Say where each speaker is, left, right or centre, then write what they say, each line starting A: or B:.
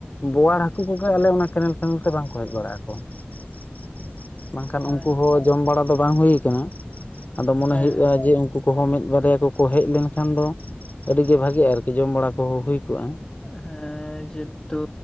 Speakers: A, on the left (about 40°); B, on the left (about 15°).
A: ᱵᱳᱣᱟᱲ ᱦᱟᱠᱩ ᱠᱚᱜᱮ ᱟᱞᱮ ᱚᱱᱟ ᱠᱮᱱᱮᱞ ᱠᱮᱱᱮᱞ ᱛᱮ ᱵᱟᱝᱠᱩ ᱦᱮᱡ ᱵᱟᱲᱟᱜ ᱟᱠᱩ <unintelligible> ᱵᱟᱝᱠᱷᱟᱱ ᱩᱱᱠᱩ
B: ᱟᱪᱪᱷᱟ
A: ᱦᱚᱸ ᱡᱚᱢ ᱵᱟᱲᱟ ᱫᱚ ᱵᱟᱝ ᱦᱩᱭ ᱠᱟᱱᱟ ᱟᱫᱚ ᱢᱚᱱᱮ
B: ᱦᱮᱸ
A: ᱦᱩᱭᱩᱜ-ᱟ ᱡᱮ ᱩᱱᱠᱩ ᱠᱚᱦᱚᱸ ᱢᱤᱫ ᱵᱟᱨᱭᱟ ᱠᱩᱠᱩ ᱦᱮᱡ ᱞᱮᱱ ᱠᱷᱟᱱ ᱫᱚ ᱟᱹᱰᱤ ᱜᱮ ᱵᱷᱟᱜᱤ-ᱟ ᱟᱨᱠᱤ ᱡᱚᱢ ᱵᱟᱲᱟ ᱠᱚᱦᱚᱸ ᱦᱩᱭ ᱠᱚᱜ-ᱟ,
B: ᱦᱮᱸ ᱡᱮᱦᱮᱛᱩ